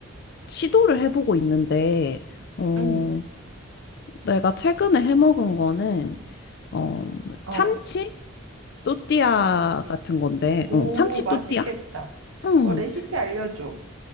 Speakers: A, on the left; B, on the right.
A: 시도를 해보고 있는데, 어,
B: 응.
A: 내가 최근에 해 먹은 거는, 어,
B: 어.
A: 참치 또띠아
B: 그치.
A: 같은 건데,
B: 오,
A: 어, 참치
B: 맛있겠다.
A: 또띠아? 응.
B: 어, 레시피 알려줘.